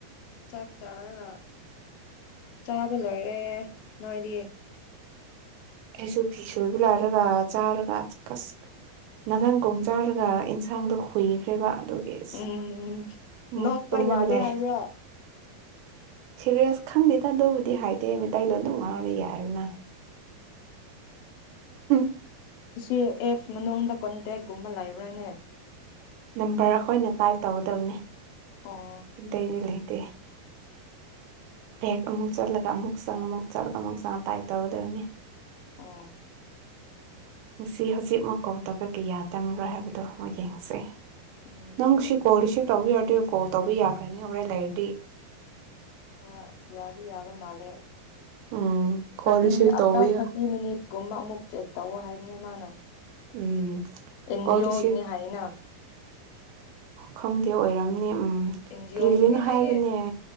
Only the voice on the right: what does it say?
ꯑꯦꯁꯨ ꯐꯤ ꯁꯨꯕ ꯂꯣꯏꯔꯒ ꯆꯥꯔꯒ ꯀꯁ ꯅꯥꯒꯟꯒꯣꯡ ꯆꯥꯔꯒ ꯏꯟꯁꯥꯡꯗꯣ ꯈꯨꯏꯈ꯭ꯔꯦꯕ ꯑꯗꯨꯒꯤ ꯑꯁ
ꯑꯃꯨꯛ
ꯇꯨꯝꯔꯒ
ꯂꯩ
ꯁꯤꯔꯤꯌꯁ ꯈꯪꯗꯦꯗ ꯑꯗꯨꯕꯨꯗꯤ ꯍꯥꯏꯗꯦ ꯃꯩꯇꯩ ꯂꯣꯟ ꯑꯗꯨꯝ ꯉꯥꯡꯉꯒ ꯂꯩ ꯌꯥꯔꯦꯅ ꯎꯝ
ꯅꯝꯕꯔ ꯑꯩꯈꯣꯏꯅ ꯇꯥꯏꯞ ꯇꯧꯒꯗꯕꯅꯤ
ꯇꯩꯗ ꯂꯩ ꯇꯦ ꯇꯦꯛ ꯑꯃꯨꯛ ꯆꯠꯂꯒ ꯑꯃꯨꯛ ꯆꯪꯉ ꯑꯃꯨꯛ ꯆꯠꯂꯒ ꯑꯃꯨꯛ ꯆꯪꯉ ꯇꯥꯏꯞ ꯇꯧꯒꯗꯕꯅꯤ
ꯉꯁꯤ ꯍꯧꯖꯤꯛꯃꯛ ꯀꯣꯜꯇꯧꯕꯒꯤ ꯌꯥ ꯇꯪꯕ꯭ꯔꯥ ꯍꯥꯏꯕꯗꯣ ꯃꯨꯛ ꯌꯦꯡꯁꯦ
ꯅꯪꯁꯤ ꯀꯣ ꯂꯤꯁꯤ ꯇꯧꯕꯤꯔꯗꯤ ꯀꯣꯜ ꯇꯧꯕꯤ ꯌꯥꯈ꯭ꯔꯅꯤ ꯍꯣꯔꯦꯟ ꯂꯩꯔꯗꯤ
ꯎꯝ ꯀꯣꯜ
ꯔꯤꯁꯤꯞ
ꯇꯧꯋꯦ
ꯎꯝ
ꯀꯣꯜ ꯔꯤꯁꯤꯞ
ꯈꯪꯗꯦ ꯑꯣꯏꯔꯝꯅꯤ ꯎꯝ
ꯀꯔꯤ
ꯀꯔꯤꯅꯣ ꯍꯥꯏꯕꯅꯦ